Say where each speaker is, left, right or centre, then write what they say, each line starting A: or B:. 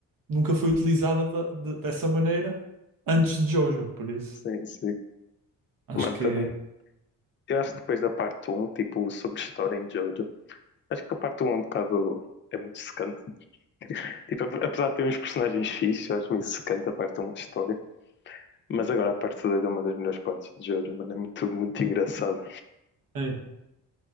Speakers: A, on the right; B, on the left.
A: nunca foi utilizada da- de- dessa maneira antes de Jojo, por isso.
B: Sim, sim.
A: Acho
B: Mano,
A: que
B: também, eu acho que depois da parte um, tipo, sobre história em Jojo, Acho que a parte um é um bocado. É muito secante. Tipo, ap- apesar de ter uns personagens fixes, eu acho meio secante a parte um da história. Mas agora a parte 2 é uma das melhores partes de Jojo, mano. É muito, muito engraçado.
A: é.